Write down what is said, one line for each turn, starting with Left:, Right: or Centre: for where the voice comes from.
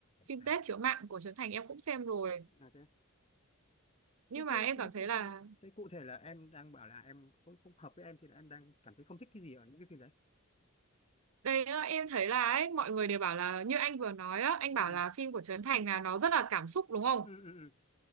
Right: Phim
Left: à
Right: Tết chiếu mạng của Trấn Thành em cũng xem rồi.
Left: ok
Right: Nhưng
Left: thế,
Right: mà
Left: thế,
Right: em cảm
Left: thế,
Right: thấy là
Left: thế cụ thể là em đang bảo là em không, không hợp với em thì là em đang cảm thấy không thích cái gì ở những cái phim đấy
Right: đây á, em thấy là ấy, mọi người đều bảo là như anh vừa nói á, anh
Left: ừ
Right: bảo là phim của Trấn Thành là nó rất là cảm xúc đúng không?
Left: ừ ừ